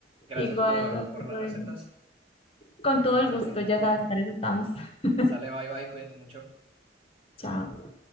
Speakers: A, on the right; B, on the left.
A: Gracias
B: Igual,
A: por,
B: hasta
A: por
B: luego.
A: las recetas.
B: Con todo el
A: Sale,
B: gusto, ya sabes, para eso estamos. <laughs>
A: sale, bye bye, cuídate mucho.
B: Chao.